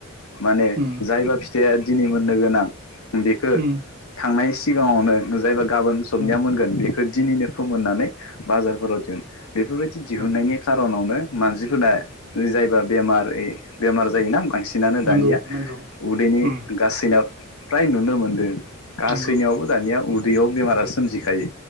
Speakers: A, on the left; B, on the right.
A: माने
B: उम
A: जायबा फिथाइया दिनै मोननो गोनां बेखौ
B: उम
A: थांनाय सिगाङावनो जायबा गाबोन सबनिया
B: उम
A: मोनगोन बेखौ दिनैनो फोमोननानै बाजारफोराव दिहुन बेफोरबायदि दिहुननायनि
B: नंगौ
A: खार'नावनो मानसिफोरना जायबा बेमार बेमार जायोना बांसिन नानो दानिया
B: नंगौ नंगौ
A: उदैनि
B: उम
A: गासैनाव फ्राय नुनो मोनदों। गासैनियावबो
B: नंगौ
A: दानिया उदैयाव बेमारा सोमजिखायो।